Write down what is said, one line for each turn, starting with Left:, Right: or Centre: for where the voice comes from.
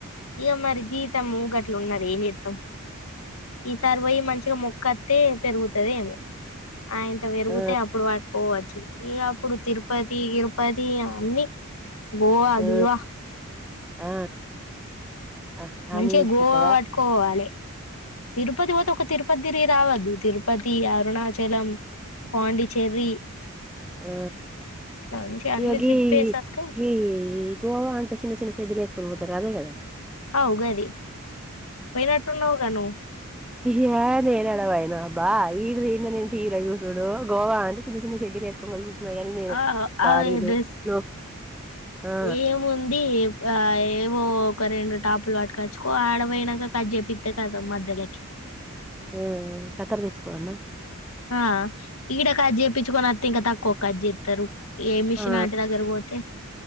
Left: ఇక మరి జీతం గట్లు ఉన్నది ఏ నితాం ఈసారి పోయి మంచిగా మొక్కత్తే పెరుగుతది ఏమో ఆయంత పెరిగితే
Centre: ఆ
Left: అప్పుడు పట్కోవచ్ ఏ అప్పుడు తిరుపతి గిరుపతి అన్నీ గోవ
Centre: ఆ
Left: గీవా
Centre: ఆ ఆ
Left: మంచిగా
Centre: అని తీసుకొస్తావా
Left: గోవా పట్టుకోవాలి తిరుపతి పోత ఒక తిరుపతి తిరిగి రావాలి తిరుపతి అరుణాచలం పాండిచ్చేరి
Centre: ఆ
Left: మంచి అన్ని
Centre: ఇ గ
Left: ట్రిప్ వేసత్తే
Centre: అగి గోవా అంటే సన్నసిన సైడ్లి త్రూ తగా దేగద
Left: అవుగాది పోయినాటున్నావుగాను
Centre: ఏ నేరాడ వయనా బా ఈ ఇదే ఇంద న ఎంత ఇల ఇ డు గోవా అం చిన్న చిన్న చెడ్డిలు వేసుకోగలి క నిపిస్తున్నాయి గానీ నేను
Left: ఆ ఆ
Centre: బాడీలు
Left: డ్రెస్
Centre: లో ఆ
Left: ఏముంది ఆ ఏమో ఒక రెండు టాపులు అట్కచ్ ఓ ఆడ పోయినాక క చేేపిస్త కదా మధ్యలోకి
Centre: ఆ కతారు తేచ్చుకోవన్న
Left: ఆ ఈడ కాజ్ చేయిించుకొని వస్త ఇంకా తక్కువ కాజ్ చేస్తారు ఏ మిషన్
Centre: ఆ
Left: ఆట దగర పోోతే